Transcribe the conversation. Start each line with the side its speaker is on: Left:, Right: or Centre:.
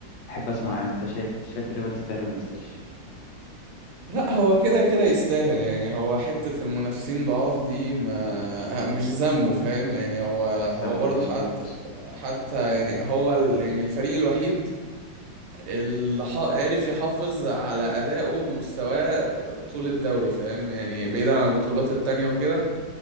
Left: أحب أسمع
Right: مم.
Left: أنت شايف شايف الليفر يستاهل ولا ما يستاهلش
Right: لا هو كده كده يستاهل يعني هو حتة المنافسين ضعاف دي ما مش ذنبه فاهم يعني هو
Left: مش
Right: هو
Left: ذنبه
Right: برضه
Left: مظبوط
Right: حتى حتى يعني هو ال... يعني الفريق الوحيد اللي ح- عرف يحافظ على أدائه ومستواه طول الدوري فاهم يعني بعيدا عن البطولات التانية وكده